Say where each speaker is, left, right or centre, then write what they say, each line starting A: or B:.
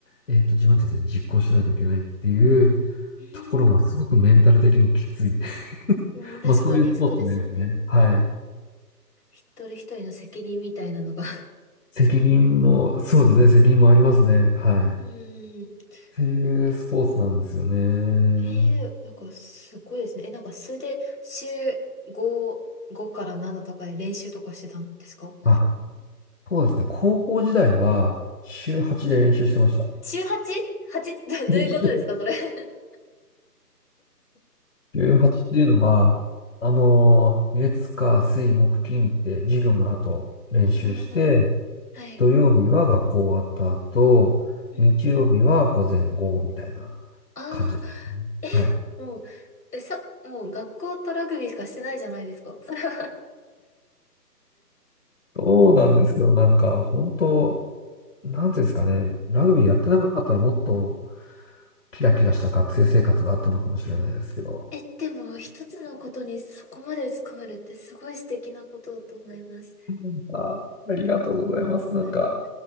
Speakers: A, on the left; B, on the left.
A: えっと、自分たちで実行しないといけないっていう
B: うん、
A: ところはすごくメンタル的にきつい。<laughs>
B: うん、確かにそうですよね。
A: まあそういうスポーツになりますね。はい。
B: 一人一人の責任みたいなのが
A: 責任も、そうですね、責任もありますね。はい。っ
B: うん。
A: ていうスポーツなんですよね。
B: え、えーなんかすごいですね。え、なんかそれで週5、5から7とかで練習とかしてたんですか
A: あ、そうですね。高校時代は週8で練習してました。
B: 週 8?8? どどういうことですか、
A: <laughs>
B: それ <laughs>
A: 18っていうのは、あのー月、火、水、木、金って授業の後練習して、
B: うんうん。はい。
A: 土曜日は学校終わった後、
B: うんうん
A: 日曜日は午前午後みたいな
B: ああ
A: 感じですね。
B: ー、え、
A: はい。
B: もう、え、さ、もう学校とラグビーしかしてないじゃないですか。<laughs> それは。
A: そうなんですよ。なんか、本当、なんていうんですかね。ラグビーやってなかったらもっとキラキラした学生生活があったのかもしれないですけど。
B: え、でも、一つのことにそこまで打ち込めるってすごい素敵なことだと思います。
A: うんあ、ありがとうございます。なんか、
B: うん。